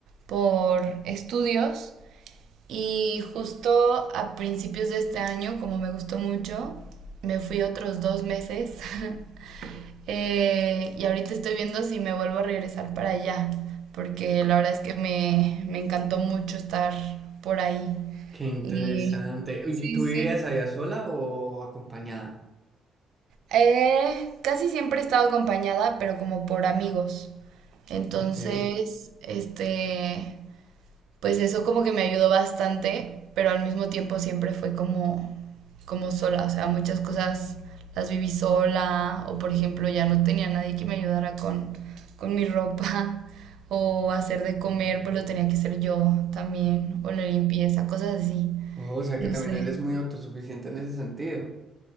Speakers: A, on the right; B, on the right.
A: por estudios y justo a principios de este año, como me gustó mucho, me fui otros dos meses <laughs> Eh, y ahorita estoy viendo si me vuelvo a regresar para allá, porque la verdad es que me, me encantó mucho estar por ahí.
B: qué interesante.
A: Y
B: Oye,
A: sí,
B: ¿Y tú
A: sí.
B: vivías allá sola o acompañada?
A: Eh, casi siempre he estado acompañada, pero como por amigos. Entonces,
B: Ok.
A: este, pues eso como que me ayudó bastante, pero al mismo tiempo siempre fue como, como sola. O sea, muchas cosas las viví sola, o por ejemplo, ya no tenía nadie que me ayudara con, con mi ropa, <laughs> o hacer de comer, pues lo tenía que hacer yo también, o la limpieza, cosas así.
B: Oh, o sea
A: No
B: que también
A: sé.
B: eres muy autosuficiente en ese sentido.